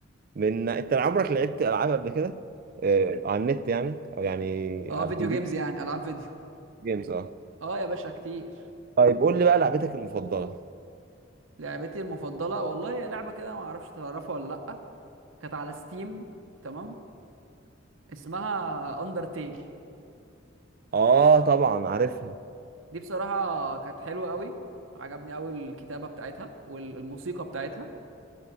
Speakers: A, on the right (about 45°); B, on the right (about 75°).
A: من أنت عمرك لعبت ألعاب قبل كده آه، على النت يعني أو يعني
B: اه
A: على
B: فيديو
A: الكمبيوتر
B: جيمز يعني العاب فيديو
A: جيمز أه
B: اه يا باشا كتير
A: طيب قول لي بقى لعبتك المفضلة
B: لعبتي المفضله والله هي لعبه كده ما اعرفش تعرفها ولا لا كانت على ستيم تمام اسمها اندرتيل
A: أه طبعا عارفها
B: دي بصراحة كانت حلوة قوي عجبني قوي الكتابة بتاعتها والموسيقى بتاعتها